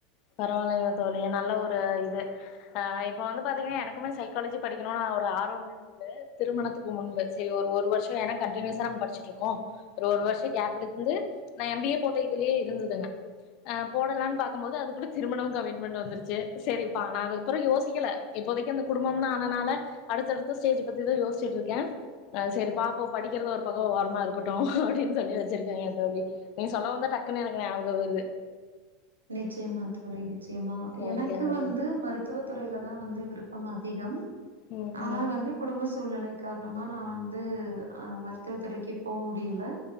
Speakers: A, on the left; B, on the right.
A: பரவாயில்லைங்க தோழி நல்ல ஒரு இது ஆ இப்ப வந்து பாத்தீங்கன்னா எனக்குமே சைக்காலஜி படிக்கணும்னு ஒரு ஆர்வம் இருந்தது திருமணத்துக்கு முன்பு சேரி ஒரு ஒரு வருஷம் ஏன்னா கன்டிநியூசா நம் படிச்சிட்டு இருக்கோம் ஒரு வருஷம் கேப் எடுந்து நான் எம் பி ஏ போட் இதுலேயே இருந்ததுங்க அ போடலான்னு பார்க்கும்போது அதுக் குள்ள திருமணமும் கமிட்மெண்ட் வந்துருச்சு சரிப்பா ஆன அதுக்கப்றோ யோசிக்கல இப்போதைக்கு இந்த குடும்பம்னு ஆனனால அடுத்தடுத்து ஸ்டேஜ் பத்தி தான் யோசிச்சிட்டு இருக்க ஆ சரி பாப்போ படிக்கிறத ஒரு பக்கம் ஓரமா இருக்கட்டும் அப்டின்னு சொல்லி வச்சிருக்கேங்க தோழி நீ சொல்லவுதா டக்குனு எனக்கு ஞாபகம் வருது
B: நிச்சயமா தோழி நிச்சயமா
A: ஓகேங்க
B: எனக்கு வந்து
A: தோழி
B: மருத் துவ துறையில தான் வந்து விருப்பம் அதிகம்
A: ம்
B: ஆனால்
A: ம்
B: வந்து குடும்ப சூழ்நிலை காரணமா நான் வந்து அ மருத்துவ துறைக்கு போ முடியல